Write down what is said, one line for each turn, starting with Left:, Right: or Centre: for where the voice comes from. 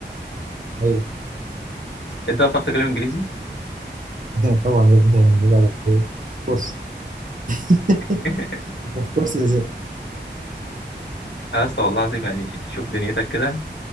Right: أيوه
Left: انت بقى بتعرف تتكلم انجليزي
Right: <laughs> طبعا يا ابني هنبقى في كورس <laughs>
Left: <laughs>
Right: في كورس إزاي
Left: يا اسطى والله العظيم يعني شوف دنيتك كده